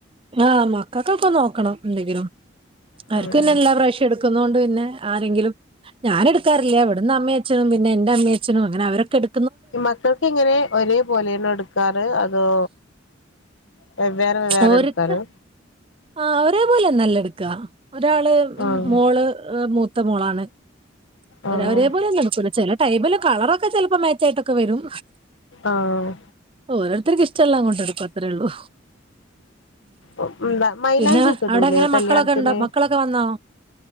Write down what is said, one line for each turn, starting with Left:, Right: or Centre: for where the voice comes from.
Right: ആഹ് മക്കക്കൊക്കെ നോക്കണം എന്തെങ്കിലും അവർക്ക്
Left: ഉം
Right: പിന്നെ എല്ലാ പ്രാവശ്യം എടുക്കുന്നോണ്ട് പിന്നെ ആരെങ്കിലും ഞാന് എടുക്കാറില്ല ഇവട്ന്ന് അമ്മീം, അച്ഛനും പിന്നെ എന്റെ അമ്മീം, അച്ഛനും അങ്ങനെ അവരൊക്കേ എട്
Left: മക്കക്ക് എങ്ങനെ ഒരേ പോലെയാണോ എടുക്കാറ് അതോ വേവ്വേറെ വേവ്വേറെ
Right: ഓര്ക്ക്
Left: എടുക്കാറ്
Right: ആഹ് ഒരെ പോലെ ഒന്നു അല്ല എടുക്ക ഒരാള്
Left: ആഹ്
Right: മോള് മൂത്ത മോളാണ്
Left: ആഹ്
Right: ഒരേപോലെ ഒന്നും എടുക്കൂല ചെലെ ടൈമില് കളറൊക്കെ ചെൽപ്പോ മേച്ചായിട്ടൊക്കെ വെരും
Left: ആഹ്
Right: ഓരോര്ത്തർക്ക് ഇഷ്ടള്ളത് അങ്ങോട്ട്‌ എടുക്കും അത്രേള്ളൂ
Left: ആഹ് എന്താ മൈലാഞ്ചി
Right: പിന്നെ
Left: ഒക്കെ
Right: അവിടെ
Left: ഇടൂലെ
Right: എങ്ങനെ
Left: കല്യാണത്തിന്
Right: മക്കളൊക്കെ ഉണ്ടോ? മക്കളൊക്കെ വന്നോ?